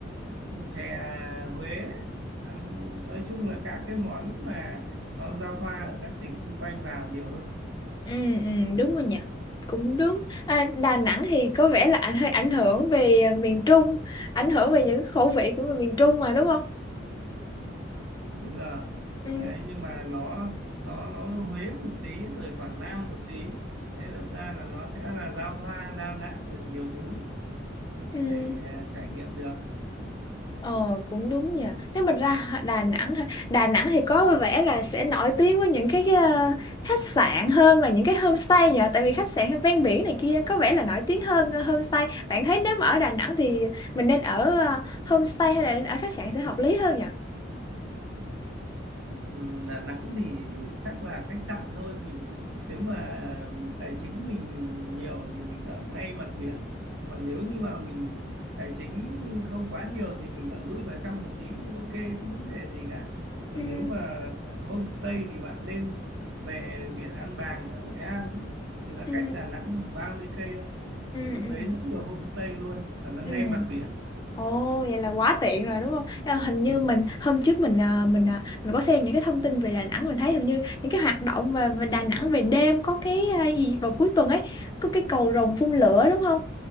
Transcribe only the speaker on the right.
chè Huế ăn nói chung là các cái món mà nó giao thoa ở các tỉnh xung quanh vào nhiều hơn
đúng rồi
đấy nhưng mà nó nó nó Huế một tí rồi Quảng Nam một tí thế đâm ra là nó sẽ là giao thoa đa dạng được nhiều thứ mình
có thể ờ, trải nghiệm được
Ừm, Đà Nẵng thì chắc là khách sạn thôi mình nếu mà tài chính mình nhiều thì mình ở ngay mặt biển còn nếu như mà mình tài chính không quá nhiều thì mình ở lui vào trong một tí cũng ok không vấn đề gì cả còn
nếu mà ở homestay thì bạn nên về biển An Bàng ở Hội An ấy. thì nó
cách Đà Nẵng khoảng 30 cây thôi
thì lúc
đấy rất nhiều homestay luôn và nó ngay
mặt biển
ừ,